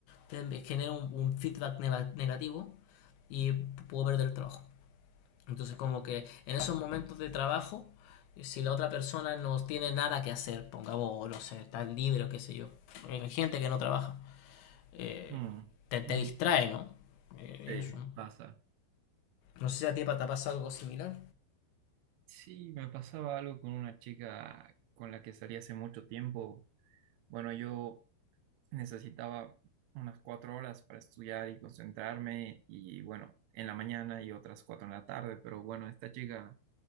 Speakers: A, on the left (about 70°); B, on the right (about 80°).
A: te- genero un, un feedback negativo y puedo perder el trabajo. Entonces, como que en esos momentos de trabajo, eh, si la otra persona no tiene nada que hacer, pongamos, no sé, está libre o qué sé yo, hay gente que no trabaja, eh,
B: Mm.
A: te, te
B: <laughs>
A: distrae, ¿no? Eh,
B: Sí,
A: eso, ¿no?
B: pasa.
A: No sé si a ti Pata, te pasa algo similar.
B: Sí, me pasaba algo con una chica con la que salí hace mucho tiempo. Bueno, yo necesitaba unas cuatro horas para estudiar y concentrarme y bueno, en la mañana y otras cuatro en la tarde, pero bueno, esta chica